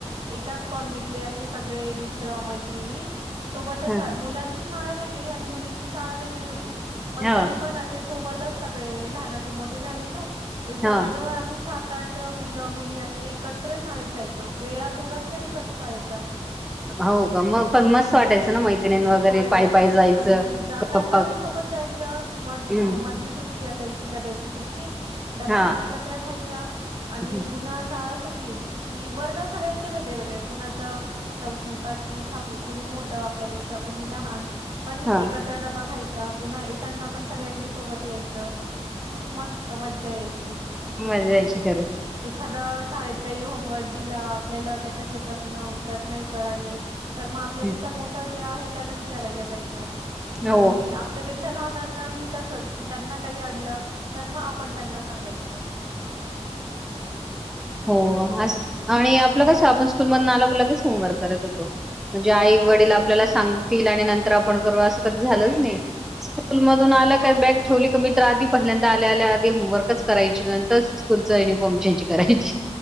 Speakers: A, on the right; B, in the centre.
A: एकाच कॉलनीतले असे सगळे मित्र मैत्रिणी सोबत
B: ह
A: मुलांची शाळा वेगळी आणि मुलीनची शाळा वेगळी होती. पण
B: ह
A: तरी पण सोबतच सगळे लहानाचे मोठे झालेलो तर जवळ
B: हा
A: जवळ आम्ही सात सात आठ मुलं मुली असे एकत्र शाळेत जायचं वेळा दोघांच्या एकच शाळेच्या.
B: हो का मग पण मस्त वाटायचं ना मैत्रिणी वगैरे
A: हो.
B: पाय पाय जायचं
A: आणि जातानाही
B: गप्पा
A: सोबत जायचं म
B: हम्म
A: मधली सुट्टी असायची. डब्याची सुट्टी डबा
B: हा
A: पण एकत्र खायचा आणि
B: हम्म
A: पुन्हा शाळा सुटली. कि वर्ग सगळ्यांचे वेगळे वेगळे कुणाच चौथी पाचवी सहावी कुणी मोठं आपल्यापेक्षा कुणी लहान पण
B: हा
A: एकत्र डबा खायचा पुन्हा येताना पण सगळ्यांनी सोबत यायचं. मस्त मज्जा यायची.
B: मज्जा यायची खरच.
A: एखादा शाळेत काही होमवर्क दिला आपल्याला त्याच्यातले प्रश्न उत्तर नाही कळाले तर मग आपल्यापेक्षा
B: खरंच
A: मोठं जे आहे त्याला विचारायला जायचं
B: हो
A: आणि आपल्यापेक्षा लनांनाही तसच की त्यांना काही अडलं तर मग आपण त्यांना सांगायच. <unintelligible>
B: हो आणि आपलं कस आपण स्कूल मधून आल लगेच होमवर्क करत होतो. म्हणजे आई वडील
A: हो,
B: आपल्याला सांग आणि नंतर आपण करू अस कधी झालंच नाही स्कूल मधून आलं का बॅग ठेवली क मी आधी पहि नर आल्या आधी होमवर्कच करायची नंतरच स्कूलचं युनिफॉर्म चेंज करायची.